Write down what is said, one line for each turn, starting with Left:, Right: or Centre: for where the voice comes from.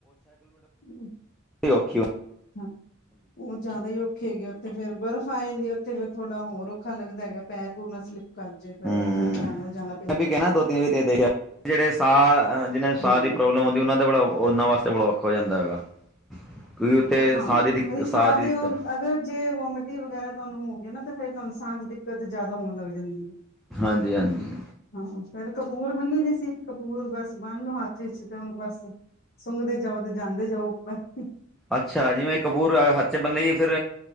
Left: ਹ
Centre: ੋਕੀਓ
Left: ਹਾਂ ਉਹ ਜ਼ਿਆਦਾ ਹੀ ਔਖੇ ਹੈਗੇ ਉੱਥੇ ਫੇਰ ਬਰਫ਼ ਆ ਜਾਂਦੀ ਹੈ। ਉੱਥੇ ਫਿਰ ਥੋੜ੍ਹਾ ਹੋਰ ਔਖਾ ਲੱਗਦਾ ਹੈ ਪੈਰ ਪੂਰ ਣਾ ਸਲਿੱਪ ਕਰ ਜੇ ਫਿਰ
Centre: ਹਮ
Left: ਉੱਥੇ ਵੀ ਧਿਆਨ ਨਾਲ ਜਾਣਾ ਪੈਂਦਾ।
Centre: ਮੈਂ ਵੀ ਕਹਿਣਾ ਦੋ ਤਿੰਨ ਵਾਰੀ ਤੇ ਦੇਖਿਆ ਜਿਹੜੇ ਸਾਹ ਜਿਹਨਾਂ ਸਾਹ
Left: ਹੂੰ
Centre: ਦੀ ਪ੍ਰੋਬਲਮ ਹੁੰਦੀ, ਉਹਨਾਂ ਵਾਸਤੇ ਬੜਾ ਔਖਾ ਹੋ ਜਾਂਦਾ ਹੈਗਾ। ਕਿਉਂ ਉੱਥੇ
Left: ਹਾਂ
Centre: ਸਾਹ
Left: ਉਹੀ
Centre: ਦੀ ਸਾਹ ਦੀ
Left: ਦੇ
Centre: ਦਿਕੱਤ।
Left: ਉਹ ਅਗਰ ਜੇ ਵੋਮਿਟਿੰਗ ਵਗੈਰਾ ਤੁਹਾਨੂੰ ਹੋ ਗਈ ਨਾ। ਤਾਂ ਫੇਰ ਤੁਹਾਨੂੰ ਸਾਹ ਦੀਦਿੱਕਤ ਜਿਆਦਾ ਹੋਣ ਲੱਗ ਜਾਂਦੀ ਹੈ।
Centre: ਹਾਂਜੀ, ਹਾਂਜੀ।
Left: ਹਾਂ ਫੇਰ ਕਪੂਰ ਬੰਨੀ ਦੀਸੀ। ਕਪੂਰ ਬਸ ਬੰਨ ਲੋ ਹੱਥ ਚ ਤੇ ਹੁਣ ਬਸ ਸੁੰਘਦੇ ਜਾਓ, ਤੇ ਜਾਂਦੇ ਜਾਓ, ਉੱਪਰ।
Centre: ਅੱਛਾ, ਜਿਵੇਂ ਕਪੂਰ ਹੱਥ ਚ ਬਨੀ ਫੇਰ